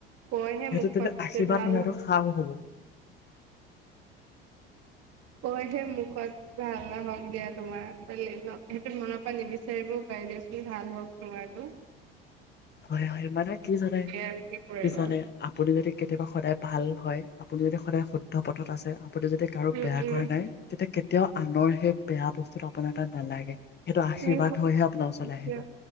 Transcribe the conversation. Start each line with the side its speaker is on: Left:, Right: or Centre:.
Right: কয়হে
Left: সেইটো
Right: মুখত
Left: কিন্তু আশীৰ্বাদ
Right: যে ভাল
Left: নহয় এইটো সাও হ'ব
Right: কয়হে মুখত ভাল নহক দিয়া তোমাৰ হয় ন। সেইটো মনৰ পৰা নিবিচাৰিব পয় দিয়চোন ভাল হওক তোমাৰটো
Left: হয় হয় মানে কি জানে
Right: আৰু কৰিবা
Left: কি জানে আপুনি যদি কেতিয়াবা সদায় ভাল হয় আপুনি যদি সদায় শুদ্ধ পথত আছে আপুনি যদি কাৰো
Right: উম
Left: বেয়া
Right: উম
Left: কৰা নাই তেতিয়া কেতিয়াও আনৰ সেই বেয়া বস্তুটো আপোনাৰ তাত নালাগে সেইটো আশীৰ্বাদ
Right: তুমি মোকছা
Left: হৈহে আপোনাৰ ওচৰলৈ আহিব